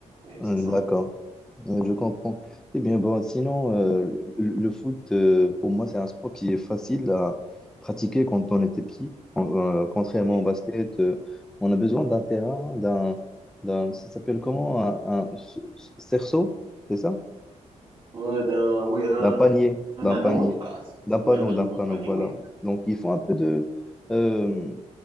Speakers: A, on the right; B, in the centre.
A: Et
B: Hmm,
A: c'est ça,
B: d'accord.
A: en fait.
B: Hmm, je comprends. Eh bien, bon, sinon, euh, le, le foot, euh, pour moi, c'est un sport qui est facile à pratiquer quand on était petit. En- euh, contrairement
A: Oui.
B: au basket, euh, on a besoin d'un terrain, d'un, d'un, ça s'appelle comment? Un, un ce- ce- cerceau, c'est ça?
A: Ouais, d'un- oui, un,
B: D'un panier,
A: un
B: d'un
A: anneau,
B: panier,
A: en tout cas. C'est-
B: d'un panneau,
A: Oui, un anneau,
B: d'un panneau,
A: un panier,
B: voilà.
A: oui.
B: Donc, il faut un peu de, euh,